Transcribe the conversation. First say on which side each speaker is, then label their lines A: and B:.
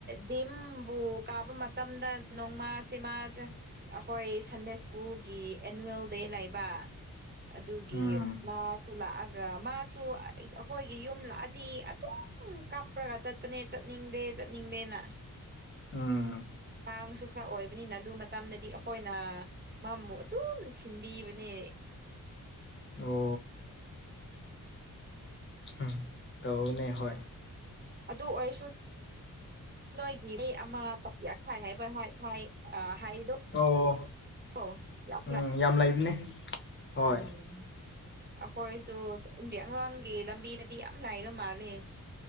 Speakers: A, on the right; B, on the left.
A: ꯗꯤꯝꯕꯨ ꯀꯥꯞꯕ ꯃꯇꯝꯗ ꯅꯣꯡꯃ ꯁꯤꯃ ꯑꯩꯈꯣꯏ ꯁꯟꯗꯦ ꯁ꯭ꯀꯨꯜꯒꯤ ꯑꯦꯅꯨꯋꯦꯜ ꯗꯦ ꯂꯩꯕ ꯑꯗꯨꯒꯤ
B: ꯎꯝ
A: ꯃꯥꯔꯆ ꯑꯗꯨ ꯂꯥꯛꯑꯒ ꯃꯥꯁꯨ ꯑꯩꯈꯣꯏꯒꯤ ꯌꯨꯝ ꯂꯥꯛꯑꯗꯤ ꯑꯗꯨꯝ ꯀꯥꯞꯄ꯭ꯔꯒ ꯆꯠꯄꯅꯦ ꯆꯠꯅꯤꯡꯗꯦ ꯆꯠꯅꯤꯡꯗꯦꯅ
B: ꯎꯝ
A: ꯑꯉꯥꯡꯁꯨ ꯈꯔ ꯑꯣꯏꯕꯅꯤꯅ ꯑꯗꯨ ꯃꯇꯝꯗꯗꯤ ꯑꯩꯈꯣꯏꯅ ꯃꯥꯃꯨ ꯑꯗꯨꯝ ꯊꯤꯟꯕꯤꯕꯅꯦ
B: ꯑꯣ ꯎꯝ ꯇꯧꯅꯦ ꯍꯣꯏ
A: ꯑꯗꯨ ꯑꯣꯏꯔꯁꯨ ꯅꯣꯏꯒꯤ ꯑꯃ ꯇꯥꯏ ꯍꯥꯏ ꯍꯥꯏꯗꯣ
B: ꯑꯣ
A: ꯍ ꯌꯥꯝ
B: ꯎꯝ ꯌꯥꯝ ꯂꯩꯕꯅꯦ ꯍꯣꯏ
A: ꯎꯝ ꯑꯩꯈꯣꯏꯁꯨ ꯄꯨꯟꯗꯦ ꯑꯒꯥꯡꯒꯤ ꯂꯝꯕꯤꯗꯗꯤ ꯌꯥꯝ ꯂꯥꯏꯕ ꯃꯥꯜꯂꯦ